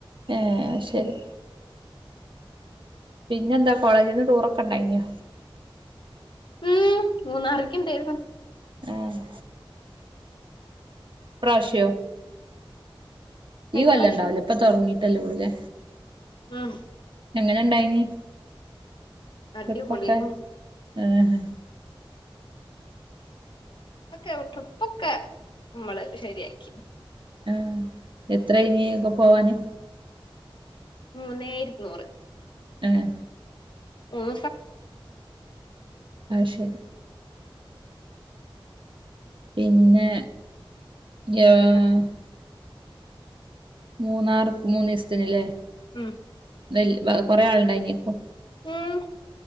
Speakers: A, on the right; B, on the left.
A: ഏ അത് ശെരി പിന്നെന്താ കോളേജ്ന്ന് ടൂറൊക്കെ ണ്ടായിനോ
B: ഉം മൂന്നാറ്ക്ക് ഇണ്ടായിരുന്നു
A: ഏഹ് ഇപ്രാവിശ്യോ
B: കഴിഞ്ഞ
A: ഈ കൊല്ലം
B: പ്രാവശ്യം
A: ഇണ്ടാവൂല ഇപ്പൊ തൊടങ്ങീട്ടല്ലേ ഒള്ളുലെ
B: ഉം
A: എങ്ങനെ ഇണ്ടായിനി
B: അടിപൊളിയേന്നു
A: ട്രിപ്പൊക്കെ ആഹ്
B: ഒക്കെ ട്രിപ്പൊക്കെ മ്മള് ശെരിയാക്കി
A: ആഹ് എത്ര ആയിനി ഇങ്ങക്ക് പോവാന്?
B: മൂന്നേ ഇരുനൂറ്
A: ഏഹ്
B: ഉം
A: അഹ് ശെരി പിന്നെ <unintelligible>
B: അങ്ങനെ
A: മൂന്നാർ മൂന്നീസ്ത്തിന്ലെ
B: ഉം
A: നെൽ വ കൊറെ ആള് ഇണ്ടായിനോ?
B: ഉം